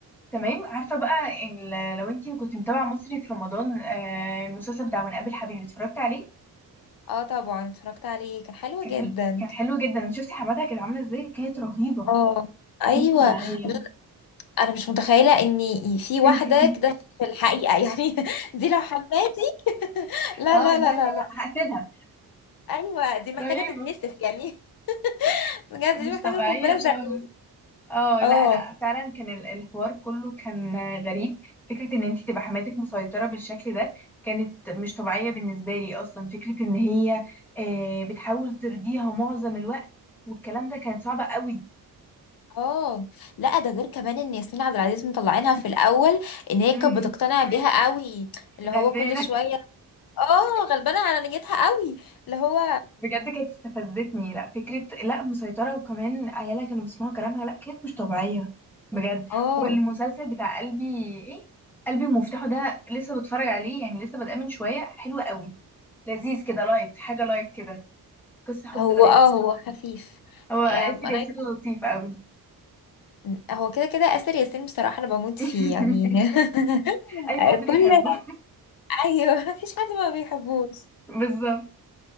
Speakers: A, in the centre; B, on the left (about 60°).
A: تمام عارفه بقى إن لو انتي كنت متابعه مصري في رمضان آه المسلسل بتاع من قبل حبيبي اتفرجت عليه
B: اه طبعا اتفرجت عليه كان حلو
A: كان
B: جدا
A: حلو كان حلو جدا شفتي حماتها كانت عامله ازاي كانت رهيبه
B: اه ايوه
A: مش طبيعية
B: لا، انا مش متخيله ان في واحده
A: <laughs>
B: كده في الحقيقه يعني <laughs> دي لو حماتي <laughs> لا
A: اه
B: لا لا
A: لا لا
B: لا لا
A: لا هقتلها
B: ايوه دي محتاجه
A: رهيبة
B: تتنسف يعني <laughs> بجد دي
A: مش
B: محتاجه
A: طبيعية
B: قنبله ذريه
A: خالص اه
B: اه
A: لا لا فعلا كان ال- الحوار كله كان غريب فكرة ان انت تبقى حماتك مسيطرة بالشكل ده كانت مش طبيعية بالنسبة لي اصلا فكرة ان هي آه، بتحاول ترضيها معظم الوقت والكلام ده كان صعب قوي
B: اه لا ده غير كمان ان ياسمين عبد العزيز مطلعينها في الاول ان هي
A: امم
B: كانت بتقتنع بيها قوي اللي هو
A: غلبانة
B: كل شويه اه غلبانه على نيتها قوي اللي هو
A: بجد كانت استفزتني لا فكرة لا مسيطرة وكمان عيالها كانوا بيسمعوا كلامها لا كانت مش طبيعية بجد
B: اه
A: والمسلسل بتاع قلبي ايه قلبي ومفتاحه ده لسه بتفرج عليه يعني لسه بادئه من شوية حلو قوي لذيذ كده لايت حاجة لايت كده قصة حب
B: هو
A: لايت
B: اه هو خفيف
A: هو آسر
B: آه، انا
A: ياسين لطيف قوي
B: عايزة- هو كده كده اسر ياسين بصراحه انا بموت
A: <laughs>
B: فيه يعني <laughs>
A: اي حد بيحبه
B: كل ايوه مفيش حد ما بيحبوش
A: <laughs> بالظبط